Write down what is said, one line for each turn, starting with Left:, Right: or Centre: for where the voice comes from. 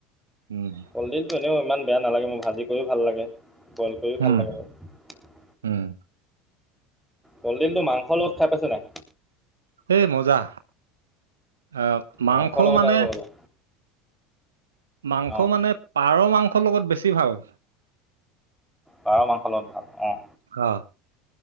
Right: উম
Centre: কলদিলটো এনেও ইমান বেয়া নালাগে মোৰ ভাজি কৰিও ভাল লাগে। বইল কৰিও ভাল
Right: উম
Centre: লাগে বাৰু
Right: উম
Centre: কলডিলটো মাংসৰ লগত খাই পাইছে নাই
Right: এ মজা আহ মাংস
Centre: মাংসৰ লগত
Right: মানে
Centre: আৰু মজা
Right: মাংস
Centre: অঁ
Right: মানে পাৰৰ মাংস লগত বেছি ভাল
Centre: পাৰ মাংসৰ লগত ভাল অঁ
Right: অ